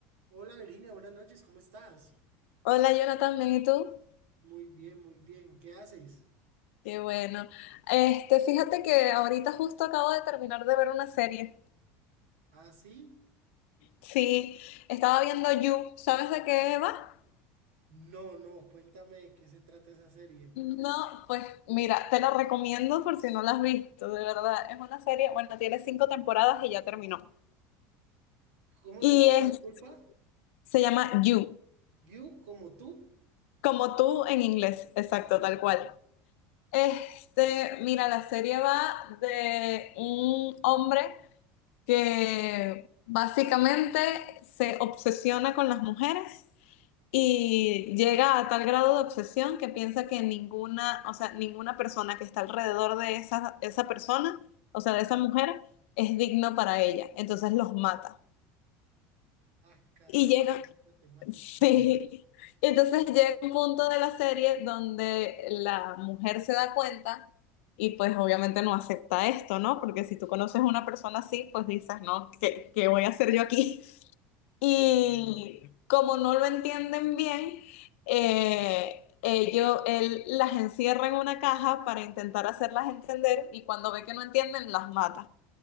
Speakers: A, on the right; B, on the left.
A: Hola Verina, buenas noches, ¿cómo estás?
B: Hola Jonathan, bien, ¿y tú?
A: Muy bien, muy bien, ¿qué haces?
B: Qué bueno. Este, fíjate que ahorita justo acabo de terminar de ver una serie.
A: ¿Ah, sí?
B: Sí, estaba viendo You. ¿Sabes de qué va?
A: No, no, cuéntame de qué se trata esa serie.
B: No, pues mira, te la recomiendo por si no la has visto, de verdad. Es una serie, bueno, tiene cinco temporadas y ya terminó.
A: ¿Cómo
B: Y
A: se llama?
B: es-
A: Disculpa,
B: se llama You,
A: You como tú.
B: como tú en inglés, exacto,
A: Ah, ok.
B: tal cual. Este, mira, la serie va de un hombre. que básicamente se obsesiona con las mujeres y llega a tal grado de obsesión que piensa que ninguna, o sea, ninguna persona que está alrededor de esa, esa persona, o sea, de esa mujer, es digno para ella. Entonces los mata.
A: Ah, caramba,
B: Y llega,
A: la temática.
B: <laughs> sí.
A: <laughs>
B: Y entonces llega un punto de la serie donde la mujer se da cuenta y pues obviamente no acepta esto, ¿no? Porque si tú conoces a una persona así, pues dices, no, ¿qué, qué voy a hacer yo aquí?
A: Sí,
B: Y
A: claro.
B: como no lo entienden bien, eh, ellos, él las encierra en una caja para intentar hacerlas entender y cuando ve que no entienden, las mata.